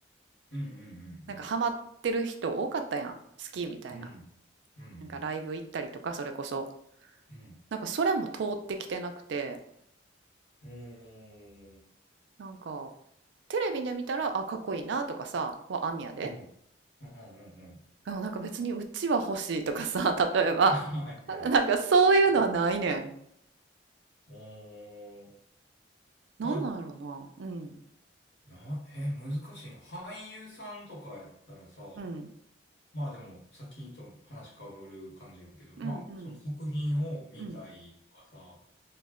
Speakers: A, on the left; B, on the right.
A: うんうん
B: なんかハマってる人多かったやん。好きみたいな。
A: うんうん。うんうん
B: なんかライブ行ったりとか、それこそ。
A: うん。
B: なんかそれも通ってきてなくて、
A: うーん。
B: なんか、テレビで見たら、あ、かっこいいなとかさ、はあんねやで。
A: うーん。うんうんうんうん。
B: でもなんか別にうちは欲しいとかさ、<laughs> 例えば。
A: はい
B: なんかそういうのはないねん。
A: うん。うん。うーん。
B: なんなんやろな。
A: まあ、
B: うん。
A: な、え、難しいな。俳優さんとかやったらさ、
B: うん。
A: まあでも、さっきと話かぶる感じやけど、まあ、
B: うん。うん。
A: その作品を見たいとかさ、
B: うん。